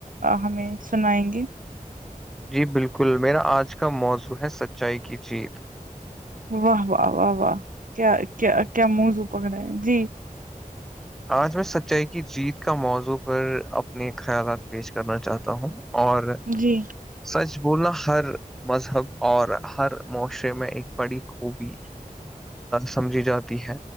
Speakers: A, on the right; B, in the centre.
A: ہمیں سنائیں گے
B: جی بالکل میرا آج کا موضوع ہے سچائی کی جیت
A: واہ واہ واہ واہ کیا کیا کیا منزو پک رہا ہے جی
B: آج میں سچائی کی جیت کا موضوع پر اپنے خیالات پیش کرنا چاہتا ہوں اور
A: جی
B: سچ بولنا ہر مذہب اور ہر معاشرے میں ایک بڑی خوبی سمجھی جاتی ہے